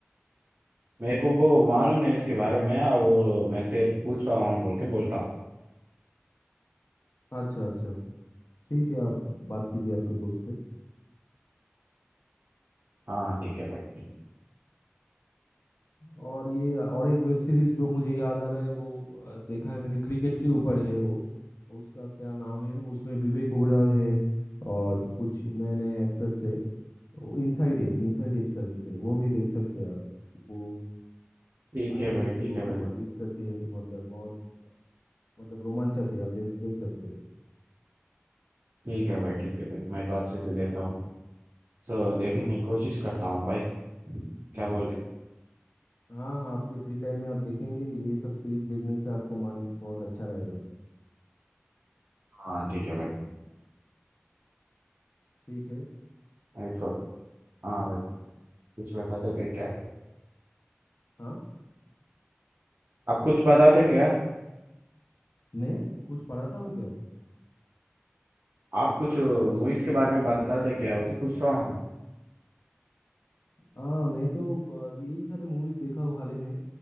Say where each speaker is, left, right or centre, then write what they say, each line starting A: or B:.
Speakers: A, on the right; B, on the left.
A: मेरे को वो मालूम नहीं उसके बारे में और मैं तेरे को पूछ रहा हूँ बोल के बोलता
B: अच्छा अच्छा ठीक है आप बात कीजिए आपके दोस्त से
A: हाँ ठीक है भाई
B: और ये और एक वेब सीरीज जो मुझे याद आ रहा है वो अ, देखा है मैंने क्रिकेट के ऊपर है वो उसका क्या नाम है उसमें विवेक ओबेरॉय है और कुछ नए नए एक्टर्स है वो इनसाइड एज इनसाइड एज करके है वो भी देख सकते हैं आप वो
A: ठीक
B: आईपीएल
A: है भाई
B: के
A: ठीक है भाई
B: ऊपर बेस करके है मतलब बहुत मतलब रोमांचक है आप देख देख सकते हैं
A: ठीक है भाई ठीक है भाई मैं तो अच्छे से देख रहा हूँ सो देखने की कोशिश करता हूँ भाई क्या बोल रहे
B: हाँ हाँ आपके फ्री टाइम में आप देखेंगे ये सब सीरीज देखने से आपको मन बहुत अच्छा रहेगा
A: हाँ ठीक है भाई
B: ठीक है
A: राइट को हाँ भाई कुछ बताते थे क्या
B: हाँ
A: आप कुछ बताते क्या
B: मैं कुछ पढ़ाता हूँ क्या
A: आप कुछ मूवीज के बारे में बताते क्या वो तो पूछ रहा हूँ
B: हाँ मैं तो अ, यही सारे मूवीज देखा हूँ हाल ही में